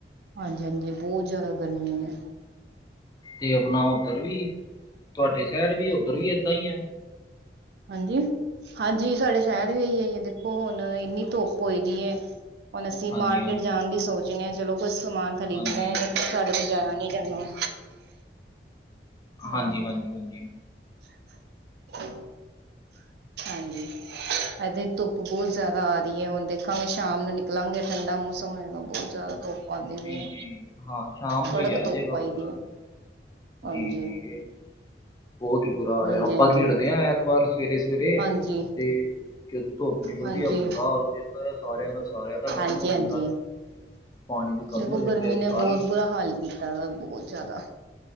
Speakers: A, on the right (about 65°); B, on the left (about 20°).
A: ਹਾਂਜੀ-ਹਾਂਜੀ ਬੋ ਜਾਦਾ ਗਰਮੀ ਐ।
B: ਤੇ ਆਪਣਾ ਓਧਰ ਵੀ, ਤੁਹਾਡੇ ਸ਼ੈਰ ਵੀ ਓਧਰ ਵੀ ਏਦਾਂ ਈ ਐ।
A: ਹਾਂਜੀ-ਹਾਂਜੀ, ਸਾਡੇ ਸੈਰ ਵੀ <unintelligible> ਆਈ ਦੇਖੋ ਹੁਣ ਇੰਨੀ ਧੁੱਪ ਹੋਈ ਦੀ ਐ। ਹੁਣ ਅਸੀਂ
B: ਹਾਂਜੀ
A: ਮਾਰਕੀਟ
B: ਹਾਂਜੀ
A: ਜਾਣ ਦੀ ਸੋਚਨੇ ਆ ਚਲੋ ਕੁੱਛ ਸਮਾਨ ਖਰੀਦਣਾ
B: ਹਾਂਜੀ
A: ਏ। ਸਾਡੇ ਕੋਲ ਜਾਇਆ ਨੀ ਜਾਣਾ।
B: ਹਾਂਜੀ
A: ਆਹੋ।
B: ਹਾਂਜੀ ਹਾਂਜੀ।
A: <inaudible> ਹਾਂਜੀ। ਇੱਧਰ ਧੁੱਪ ਬਹੁਤ ਜ਼ਿਆਦਾ ਆ ਰਹੀ ਹੈ ਹੁਣ ਦੇਖਾਂਗੇ ਸ਼ਾਮ ਨੂੰ ਨਿਕਲਾਂਗੇ ਠੰਡਾ ਮੌਸਮ ਹੋਏਗਾ ਬਹੁਤ ਜ਼ਿਆਦਾ ਧੁੱਪ ਆਉਂਦੀ
B: ਜੀ
A: ਵੀ ਹੈ
B: ਜੀ, ਹਾਂ ਸ਼ਾਮ ਨੂੰ
A: ਕੜਕ
B: ਹੀ ਜਾਇ
A: ਧੁੱਪ
B: ਜਾਏਗਾ ਬਾਜ਼ਾਰ
A: ਆਈ ਦੀ ਹੈ
B: ਤੇ
A: ਹਾਂਜੀ
B: ਜੀ ਜੀ ਇਹ, ਬਹੁਤ ਹੀ ਬੁਰਾ ਹਾਲ
A: ਹਾਂਜੀ
B: ਆ ਆਪਾਂ
A: ਹਾਂਜੀ
B: ਖੇਡਦੇ ਹਾਂ ਐਤਵਾਰ। ਸਵੇਰੇ ਸਵੇਰੇ।
A: ਹਾਂਜੀ
B: ਤੇ ਜ ਧੁੱਪ ਨਿਕਲਦੀ
A: ਹਾਂਜੀ
B: ਆ ਬੁਰਾ ਹਾਲ ਹੋ ਜਾਂਦਾ ਆ ਸਾਰਿਆਂ ਦਾ ਸਾਰਿਆਂ ਦਾ ਡਾਊਨ
A: ਹਾਂਜੀ
B: ਹੋ ਜਾਂਦਾ
A: ਹਾਂਜੀ
B: ਆ। ਪਾਣੀ ਦੀ ਕਮੀ
A: ਦੇਖੋ
B: ਹੋ ਜਾਂਦੀ
A: ਗਰਮੀ
B: ਹੈ
A: ਨੇ
B: ਸਾਰੀ
A: ਬਹੁਤ ਬੁਰਾ ਹਾਲ ਕੀਤਾ ਉਹ ਤਾ ਬਹੁਤ ਜ਼ਿਆਦਾ